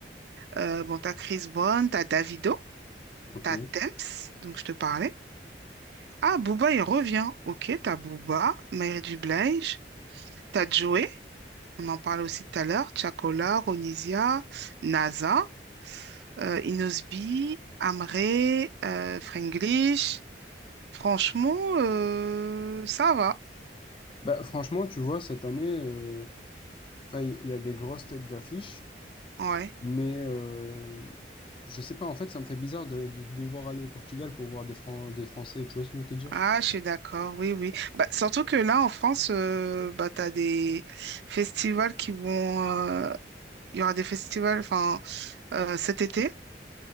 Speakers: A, on the right; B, on the left.
A: euh, bon, t'as Chris Brown, t'as Davido,
B: Ok.
A: t'as Tems, donc je te parlais. Ah, Booba, il revient. Ok, t'as Booba, Mary J. Blige, t'as Joey, on en parlait aussi tout à l'heure, Chakola Ronisia, NASA. euh, Inosby, Amré, euh, Fraenglish. Franchement, euh, ça va.
B: Bah, franchement, tu vois, cette année, euh, enfin, il y a des grosses têtes d'affiche.
A: Ouais.
B: Mais euh, je sais pas, en fait, ça me fait bizarre de, de devoir aller au Portugal pour voir des Fran- des Français, tu vois ce que je veux te dire?
A: Ah, je suis d'accord. Oui, oui. Bah, surtout que là, en France, euh, bah, tu as des festivals qui vont... euh, Il y aura des festivals enfin, euh, cet été.